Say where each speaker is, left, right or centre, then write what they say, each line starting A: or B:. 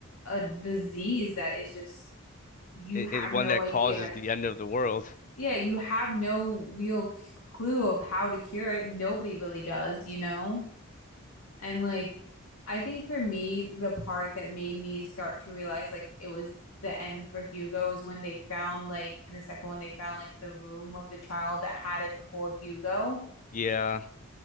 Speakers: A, on the left; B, on the left.
A: a disease that is just you
B: It,
A: have
B: it one
A: no
B: that
A: idea
B: causes
A: how to
B: the end of the world.
A: yeah, you have no real c- clue of how to cure it. Nobody really does, you know? And like, I think for me, the part that made me start to realize like it was the end for Hugo is when they found like in the second one, they found like the room of the child that had it before Hugo.
B: Yeah.